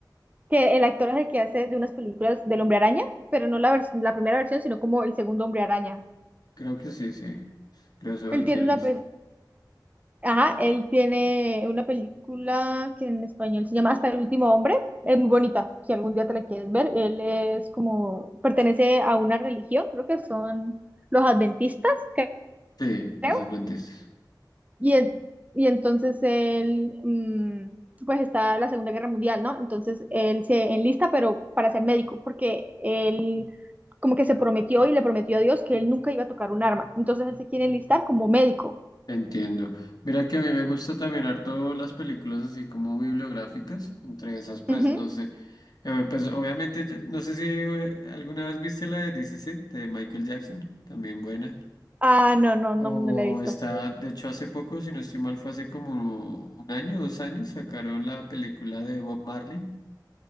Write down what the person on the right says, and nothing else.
que el actor es el que hace de unas películas del Hombre Araña, pero no la, vers- la primera versión, sino como el segundo Hombre Araña.
Él
tiene una,
pe- Ajá, él tiene una película que en español se llama Hasta el último hombre. Es muy bonita, si algún día te la quieres ver. Él es como, pertenece a una religión, creo que son los adventistas, cre-
creo.
Y, en- y entonces él, mm, pues está la Segunda Guerra Mundial, ¿no? Entonces él se enlista, pero para ser médico, porque él como que se prometió y le prometió a Dios que él nunca iba a tocar un arma. Entonces él se quiere enlistar como médico.
Ujú.
Ah, no, no, no,
no la he visto.